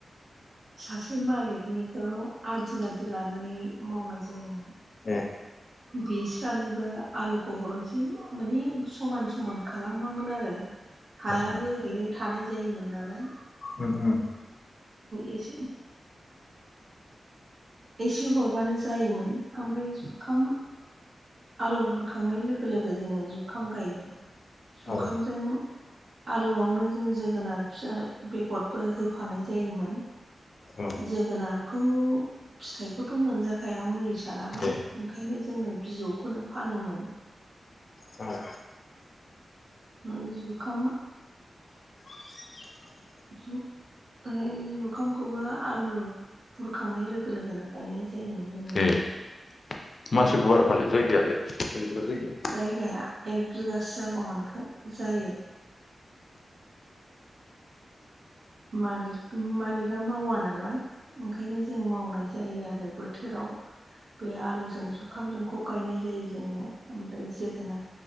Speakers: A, on the right; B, on the left.
A: सासे मालिकनिखौ आदि बादि लानानै मावनाय जायोमोन
B: ए
A: बिस्रानोबो आलुखौ हरनो सै‌ माने समान समान खालामामोन आरो हायाबो
B: उम
A: ओरैनो थानाय जायोमोन नालाय
B: उम उम
A: एसे एसे हरबानो जायोमोन। ओमफ्राय जुखाम आलु बुरखांनाय लोगो लोगो जोङो जुखाम गायो जुखामजों
B: औ
A: आलुआवनो जों जोगोनार फिसा बेगरबो होफानाय जायोमोन।
B: औ
A: जोगोनारखौ फिथाइखौथ' मोनजाखाया मुलि बा
B: दे
A: ओंखायनो जोङो बिजौखौनो फानोमोन।
B: औ
A: <unintelligible>
B: <inaudible>
A: जु ओ जुखामखौबो आलु बुरखांनाय लोगो लोगोनो गायनाय जायोमोन जोङो।
B: ए <unintelligible>
A: जायगाया एक बिगासो जागौमोनखो जायो। मालि मालिका मावा नालाय ओंखायनो जों मावनाय जायो आरो। बोथोराव बे आलुजों जुखामजोंखौ गायनाय जायो जोङो ओमफ्राय जोगोनार